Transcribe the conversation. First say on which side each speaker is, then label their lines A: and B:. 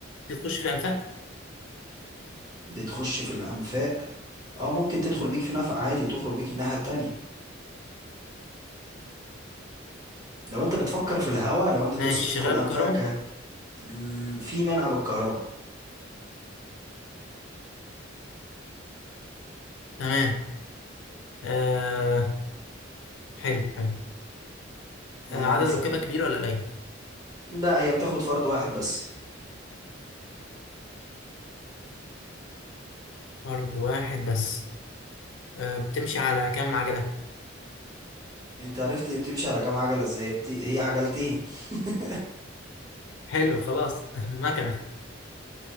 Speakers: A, on the left (about 70°); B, on the right (about 20°).
A: بتخش في الأنفاق
B: بتخش في الانفاق اه ممكن تدخل بيك في نفق عادي وتخرج بيك الناحية التانية لو انت بتفكر في الهوا لو انت تقصد
A: ماشي
B: تدخل
A: شغالة
B: انفاقك
A: بالكهرباء
B: ال- في منها بالكهرباء
A: تمام آه
B: مم.
A: حلو حلو
B: آه
A: آه عدد
B: مثلا
A: ركابها كبير ولا قليل؟
B: لا هي بتاخد فرد واحد بس
A: فرد واحد بس آه بتمشي على كام عجلة؟
B: انت عرفت بتمشي على كام عجلة ازاي بت... هي عجلتين <laughs>
A: حلو خلاص <laughs> مكنة